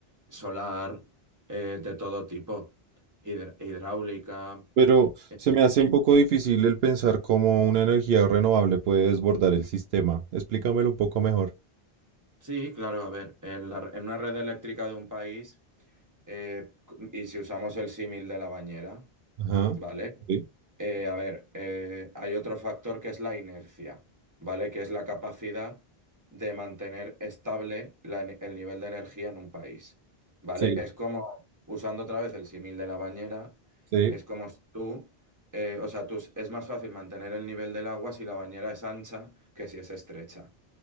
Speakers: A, on the right; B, on the right.
A: solar, eh, de todo tipo, hidr- hidráulica.
B: Pero se me hace
A: eh,
B: un poco difícil el pensar cómo una energía renovable puede desbordar el sistema. Explícamelo un poco mejor.
A: Sí, claro, a ver, en la- en una red eléctrica de un país, eh, y si usamos el símil de la bañera,
B: Ajá,
A: ¿vale?
B: sí,
A: Eh, a ver, eh, hay otro factor que es la inercia, ¿vale? Que es la capacidad de mantener estable la ne- el nivel de energía en un país, ¿vale?
B: sí,
A: Es como, usando otra vez el símil de la bañera,
B: sí,
A: es como si tú, eh, o sea, tú, es más fácil mantener el nivel del agua si la bañera es ancha que si es estrecha.